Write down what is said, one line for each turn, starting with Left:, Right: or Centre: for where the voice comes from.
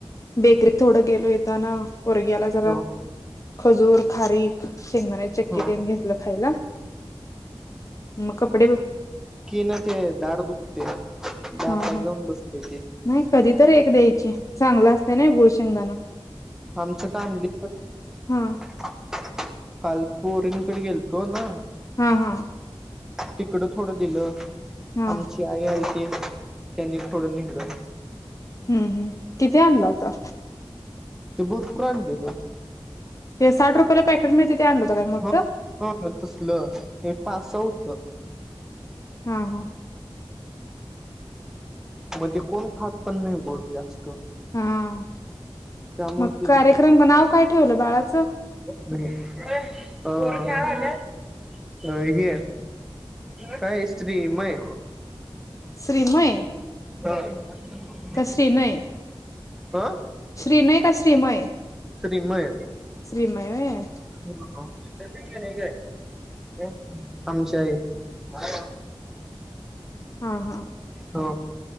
Left: बेकरीत थोडं गेलो येताना पोरग्याला जरा
Centre: हो
Left: खजूर, खारीक, शेंगदाण्याचीचक्की,
Centre: हो
Left: ते घेतलं खायला मग कपडे ब
Centre: की न ते दाड दुखते दातात
Left: हा हा
Centre: जाऊन बसते ते,
Left: नाही कधी तररी एक द्यायची चांगलं असते ना गुळ शेंगदाण.
Centre: आमचं का आणली
Left: हा
Centre: <unintelligible> काल पोरींकडे गेलतो ना.
Left: हां हां
Centre: तिकडं थोडं दिलं
Left: हा
Centre: आमची आई आली आहेतं त्यांनी थोडूंन नेहिलं
Left: हम्मं हमं किती आणलां होतां
Centre: ते भरपांरणं दिलं
Left: ते साठ रुपयांला पॅकेट मिळते ते आणलं होतं कायं मोठं
Centre: हो हो तसंल हे पांस उतल
Left: हां हां
Centre: मंग ते कोणं खातं पणं नाहीं गोंड जास्तं
Left: हां
Centre: त्यामुळे
Left: मंग कार्यक्रम नांव कायं ठेवलं बाळाचं
Centre: ् <unintelligible> अ हे कायं स्त्री मं ये
Left: श्रीमंंय
Centre: हा <unintelligible>
Left: कसंरी नां हे
Centre: हां
Left: श्रीनय कां श्रीमयं
Centre: श्रीमयं
Left: श्रीमयं होयं
Centre: हां हां टायंपीग घेणं आहे कां आमच्यांही आई
Left: हां हां
Centre: हो